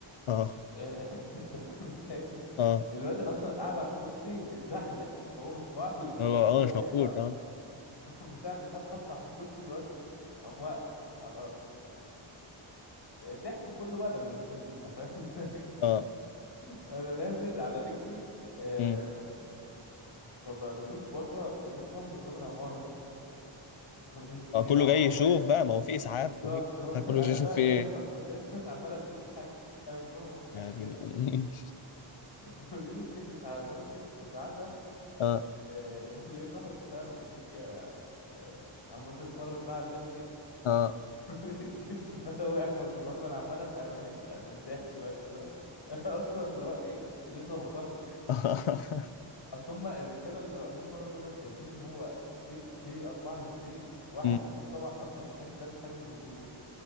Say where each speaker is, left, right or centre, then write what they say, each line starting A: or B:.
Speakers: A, on the left; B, on the left.
A: اه
B: <laughs> انت فاهم ازاي
A: اه
B: الواد اصلا قاعد على الكرسي اتزحلق هو مش في وعيه
A: هو اه
B: هو
A: مش
B: جاي
A: موجود
B: ع-
A: اه
B: <laughs> بتاع الاسعاف حط على الكرسي الواد قام واقع على الارض الضحك كله بقى لما نزلنا انت فاهم ازاي
A: اه
B: <laughs> انا نازل على رجلي آم،
A: امم
B: فبشوف بره الناس واقفه قدام العماره انت فاهم ناس كتيره
A: اه كله
B: وعمالين
A: جاي يشوف
B: بقى
A: بقى ما هو في اسعاف
B: بالظبط
A: وفي
B: اهو
A: بتاع
B: <laughs>
A: كله جاي
B: انا
A: يشوف
B: بقى
A: في
B: نازل
A: ايه
B: اصلا لقيت ناس عماله بتضحك انا مش فاهم هما بيضحكوا
A: يا دين
B: ليه
A: امي
B: <laughs> ولقيت اتنين اسعاف انا ركبت في اسعاف
A: اه
B: آه، <laughs> لقيت واحد بتاع روبيكيا آه، عمال بيتفرج بقى على الليلة دي <laughs>
A: اه
B: لقيت كيس بلا وقع في دماغه انا عمال أت- انا ميت من الضحك بقى أنت فاهم <laughs> انا اصلا اللي هو ايه لسه بخر
A: <laughs>
B: اصل هم الرجاله اللي واقفين بره دولت شايفين ان هو في في اربعه نازلين واحد
A: أمم.
B: منهم طبعا اصلا ما كانش لابس حاجه غير البوكس